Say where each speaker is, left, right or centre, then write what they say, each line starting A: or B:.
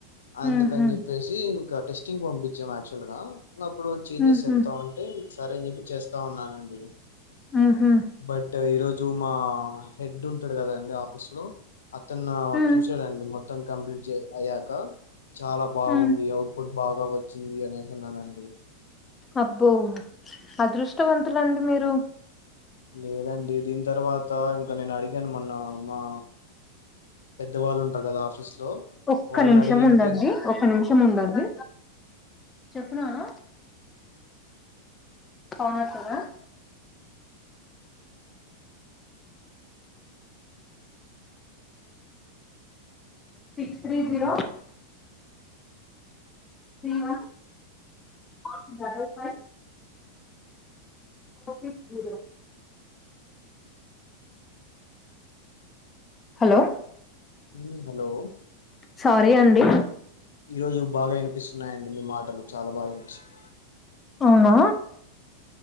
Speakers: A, on the left (about 65°); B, on the left (about 20°).
A: అందుకని
B: ఉహు
A: చెప్పేసి ఇంకా టెస్టింగ్ పంపి చం యాక్చువల్ గా ఇంకా అప్పుడు చేంజెస్
B: ఉహు
A: చెప్తాం అంటే ఇంకా సరే అని చెప్పి చేస్తా ఉన్నానండి
B: ఉహు
A: బట్ ఈరోజు మా హెడ్ ఉంటాడు కదాండి ఆఫీసు లో అతను
B: ఉ
A: చూసాడండి మొత్తం కంప్లీట్ జె అయ్యాక చాలా బాగుంది
B: ఉ
A: అవుట్పుట్ బాగా వచ్చింది అనేసి అన్నాడండి
B: అబ్బో అదృష్టవంతులండి మీరు
A: లేదండి దీని తర్వాత ఇంకా నేను అడిగాను మొన్ న్న మా పెద్దవాళ్ళు ఉంటారు కదా ఆఫీస్ లో
B: ఒక్క
A: వాళ్ళని
B: నిమిషం
A: అడిగింటే
B: ఉందండి ఒక నిమిషం ఉండడి చెప్పు నాన్న పాలు తాగుతారా six three zero three one ఆ double five four six zero hello
A: ఉ హలో
B: సారీ అండి
A: ఈరోజు బాగా వినిపిస్తున్నాయి అండి మీ మాటలు చాలా బాగా వినిపిస్తు
B: అవునా